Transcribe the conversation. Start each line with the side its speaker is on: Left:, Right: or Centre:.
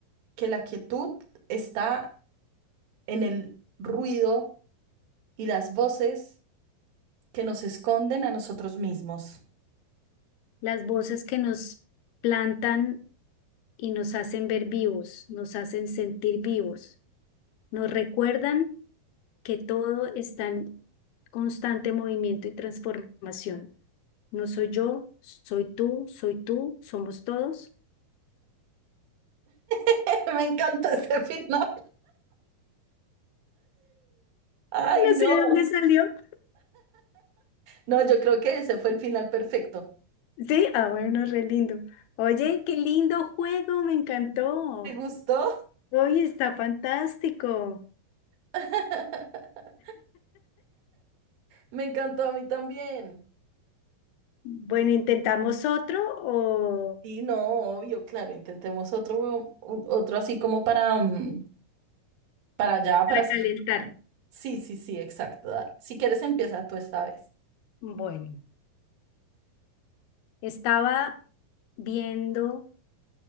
Right: que la quietud está en el ruido y las voces que nos esconden a nosotros mismos.
Left: Las voces que nos plantan y nos hacen ver vivos, nos hacen sentir vivos, nos recuerdan. que todo está en constante movimiento y transformación. No soy yo, soy tú, soy tú, somos todos.
Right: <laughs> Me encanta este <laughs> final. Ay,
Left: No
Right: no.
Left: sé de dónde salió.
Right: No, yo creo que ese fue el final perfecto.
Left: Sí, ah, bueno, re lindo. Oye, qué lindo juego, me encantó.
Right: ¿Te gustó?
Left: Oye, está fantástico.
Right: <laughs> Me encantó a mí también.
Left: Bueno, intentamos otro o
Right: Sí, no, obvio, claro, intentemos otro, huevo- u- otro así como para, mm, para allá,
Left: recalentar.
Right: para... oh, Sí, sí, sí, exacto. dale. Si quieres, empieza tú esta vez.
Left: Bueno, estaba viendo